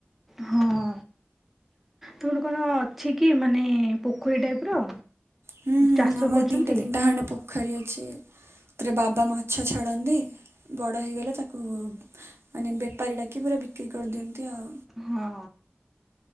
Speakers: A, in the centre; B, on the right.
A: ହଁ ତୁମର କଣ ଅଛି କି ମାନେ ପୋଖରୀ ଟାଇପ ର
B: ହୁଁ ହୁଁ
A: ଚାଷ
B: ଆମର
A: କରୁଛନ୍ତି?
B: ଦିଇଟା ତିନିଟା ଖଣ୍ଡେ ପୋଖରୀ ଅଛି ଥିରେ ବାବା ମାଛ ଛାଡ଼ନ୍ତି ବଡ଼ ହେଇଗଲେ ତାକୁ ମାନେ ବେପାରୀ ଡାକି ପୁରା ବିକ୍ରି କରିଦିଅନ୍ତି ଆଉ
A: ହଁ